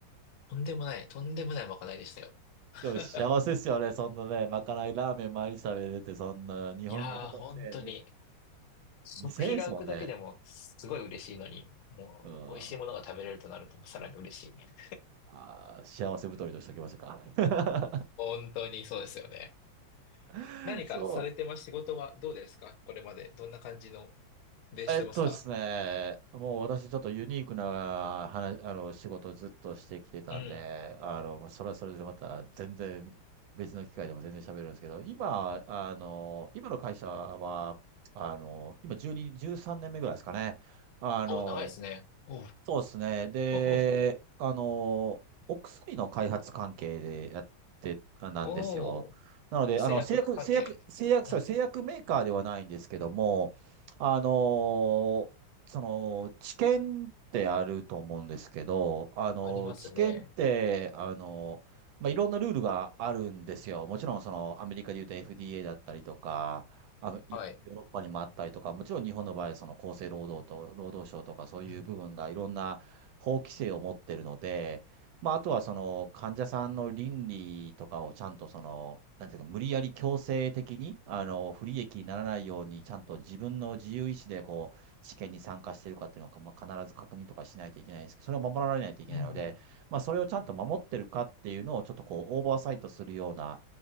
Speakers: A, on the left; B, on the right.
A: とんでもない、とんでもないまかないでしたよ。<laughs>
B: でも幸せですよね。そんなね、まかないラーメン毎日食べれて、そんな、日本、
A: いやー、
B: ほんとね、
A: 本当に。
B: に
A: 食費が浮くだけでもすごい嬉しいのに、
B: 2000円ですもんね。
A: もう美味しいものが食べれるとなるともうさらに嬉しいね。
B: うん。ああ、幸せ太りとしておきましょうか。
A: <laughs> 本当にそうですよね。
B: <laughs>
A: 何かされてます仕事はどうですかこれまでどんな感じの
B: そう、
A: でしてますか
B: えっとですね、もう私ちょっとユニークな話、あの、仕事をずっとしてきてたんで、
A: うん。
B: あの、まあそれはそれでまた全然別の機会でも全然喋るんですけど、今、あの、今の会社は、あの、今12、13年目ぐらいですかね。あの、
A: お、長いですね。おう、
B: そうですね。
A: <laughs>
B: で、
A: おう、
B: あの、お薬の開発関係でやって、あなんですよ。
A: おう
B: なので、
A: 製薬関係。
B: あの、製薬、製薬、製薬、
A: うん。
B: そう、製薬メーカーではないんですけども、あの、その、治験ってあると思うんですけど、あの、
A: ありますね。
B: 治験って、あの、まあ、いろんなルールがあるんですよ。もちろん、その、アメリカで言うと FDA だったりとか、あの、いヨーロッパにもあったりとか、
A: はい。
B: もちろん日本の場合、その厚生労働と労働省とかそういう部分がいろんな法規制を持ってるので、
A: うん。
B: まあ、あとはその患者さんの倫理とかをちゃんとその、なんていうか、無理やり強制的に、あの、不利益にならないように、ちゃんと自分の自由意志で、こう、試験に参加しているかっていうのを、まあ、必ず確認とかしないといけないんですけど、それを守られないといけないので、
A: うんうん。
B: まあ、それをちゃんと守ってるかっていうのを、ちょっとこう、オーバーサイトするような、